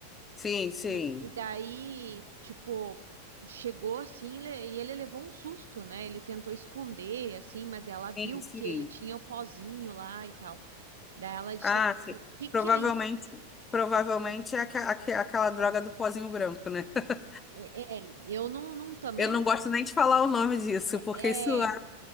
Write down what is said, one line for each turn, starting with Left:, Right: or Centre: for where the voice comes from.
Left: sim, sim.
Right: E, e daí, tipo, chegou assim le- e ele levou um susto, né? Ele tentou esconder, assim, mas ela viu
Left: Sim, sim.
Right: que ele tinha o pozinho lá e tal. Daí ela disse
Left: Ah,
Right: assim,
Left: sim.
Right: o que que
Left: Provavelmente,
Right: é isso?
Left: provavelmente é aqua- aque- aquela droga do pozinho branco, né? <laughs>
Right: É, é, eu não, não também
Left: Eu não
Right: não.
Left: gosto nem de falar o nome disso, porque
Right: É,
Left: isso é,